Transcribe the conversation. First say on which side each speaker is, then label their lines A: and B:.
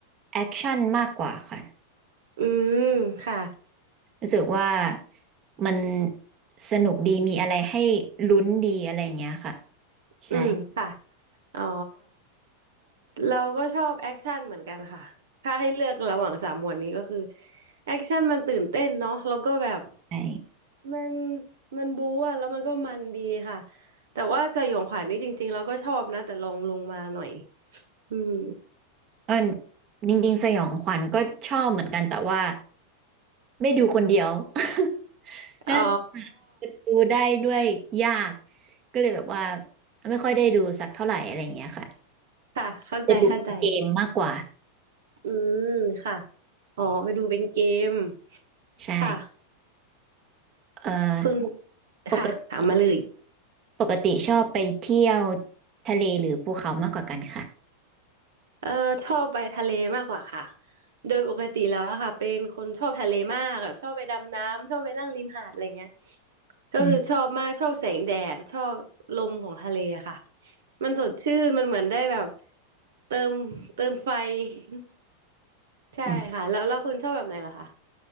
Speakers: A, on the right; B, on the right.
A: แอคชั่นมากกว่าค่ะ
B: อืมค่ะ
A: รู้สึกว่ามันสนุกดีมีอะไรให้ลุ้นดีอะไรอย่างเงี้ยค่ะใช่
B: อืมค่ะ อ๋อ เราก็ชอบแอคชั่นเหมือนกันค่ะ ถ้าให้เลือกระหว่างสามหมวดนี้ก็คือแอคชั่นมันตื่นเต้นเนาะแล้วก็แบบ
A: ใช่
B: มันมันบู๊อะแล้วมันก็มันดีค่ะ แต่ว่าสยองขวัญนี่จริงๆเราก็ชอบนะ แต่ลงลงมาหน่อยอืม
A: เออจริงๆสยองขวัญก็ชอบเหมือนกันแต่ว่าไม่ดูคนเดียว <laughs> ถ้า
B: อ๋อ
A: ดูได้ด้วยยากก็เลยแบบว่าไม่ค่อยได้ดูสักเท่าไหร่อะไรอย่างเงี้ยค่ะ
B: ค่ะเข้าใจเข้าใจ
A: จะดูเป็นเกมมากกว่า
B: อืม ค่ะ อ๋อไปดูเป็นเกม
A: ใช่
B: ค่ะ
A: เอ่อ
B: คุณ
A: ปกติ
B: ค่ะถามมาเลย
A: ปกติชอบไปเที่ยวทะเลหรือภูเขามากกว่ากันค่ะ
B: เออชอบไปทะเลมากกว่าค่ะโดยปกติแล้วอะค่ะเป็นคนชอบทะเลมากแบบชอบไปดำน้ำชอบไปนั่งริมหาดอะไรเงี้ยก็คือชอบมากชอบแสงแดดชอบลมของทะเลอะค่ะ
A: อืม
B: มันสดชื่นมันเหมือนได้แบบเติมเติมไฟ <laughs> ใช่ค่ะแล้วแล้วคุณชอบแบบไหนล่ะคะ
A: อืม